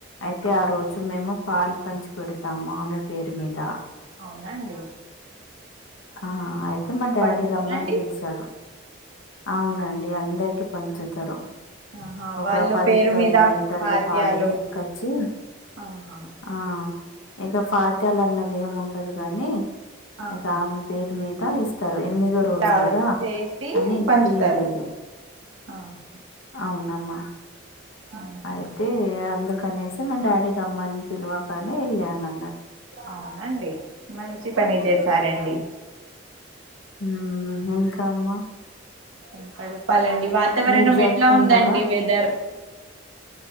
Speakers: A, on the left; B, on the right.
A: అయితే ఆ
B: ఓకే
A: రోజు మేము పాలు పంచి పెడతాము ఆమె పేరు మీద.
B: అవునా అండి.
A: ఆ అయితే మా డాడీ
B: పంచుతారండి
A: రమ్మని పిలిసారు. అవునండి అందరికి పంచుతరు.
B: ఆహా
A: ఒక
B: వాళ్ళు
A: పది
B: పేరు
A: పది
B: మీద
A: లీటర్ల
B: పాత్యాలు
A: పాలు తీసుకొచ్చి
B: ఆహా
A: ఆ ఇగ ఫాత్యాలు అన్నది ఏం ఉండదు కాని
B: ఆహా
A: దా ఆమె పేరు మీద ఇస్ స్తరు ఎనిమిదో
B: ఇట్లా
A: రోజు కదా
B: చేసి
A: అని
B: పంచుతారు
A: ఇయలేదు.
B: ఆహా.
A: అవునమ్మా
B: ఊహు.
A: అయితే అందుకనేసి అయితే మా డాడీ రమ్మని పిలవగానే ఎళ్ళాను అన్న
B: అవునండి మంచిపనే చేసారండి.
A: హ్మ్ ఇంకా అమ్మా?
B: ఇంకా చెప్పాలండి, వాతావరణం
A: మీరు జరుపుకుంటారా
B: ఎట్లా ఉందండి వెదర్?